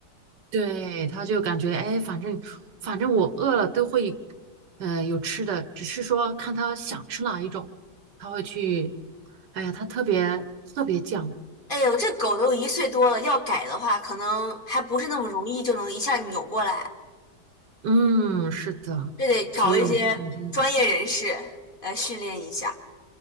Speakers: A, on the right (about 85°); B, on the left (about 30°).
A: 对，它就感觉哎，反正反正我饿了都会，呃，有吃的，只是说看它想吃哪一种，它会去，哎呀，它特别特别犟。
B: 哎呦，这狗都一岁多了，要改的话，可能还不是那么容易就能一下扭过来，
A: 嗯，是的，
B: 这得找一些专业人士来训练一下。
A: 所以我就感觉